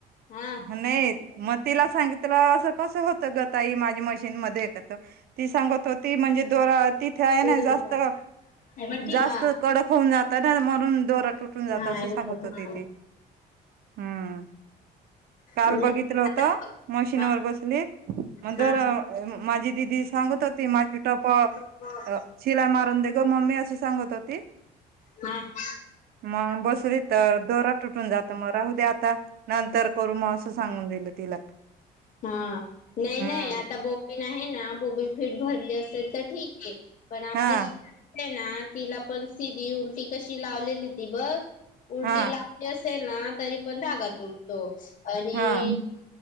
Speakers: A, on the left; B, on the right.
A: हा
B: नाही मग तिला सांगितलं अस कस होत ग ताई माझी मशीन मध्ये ती सांगत त होती म्हणजे तिथं दोरा तिथे आहे ना
A: उधळीचा
B: जास्त
A: हे बटी
B: जास्त
A: हा
B: कडक होऊन जात. <unintelligible> तुटून जात
A: हा
B: असं
A: एवढं
B: सांगत
A: हा
B: होते. ते हम्म काल
A: नाही
B: बघितलं
A: आता
B: होत.
A: बघ.
B: मशीनवर
A: हा
B: बसले. <unintelligible>
A: हा हा. बर.
B: <unintelligible> अस सांगत होते.
A: हम.
B: मग बस. दोरा तुटून जात. मग राहू दे आता नंतर करू मला उद्या आता नंतर करू <unintelligible> सांगून दिलं तिला.
A: हा नाही
B: हम्म
A: नाही आता बोबीन आहे ना बोबीन फिट भरली. ते तर ठीके पण आपली
B: हा
A: ना तिला पण सीधी उलटी कशी लावलेली ती बघ उलटी
B: हा
A: लावली. असल ना तरी पण <unintelligible> आणि
B: हा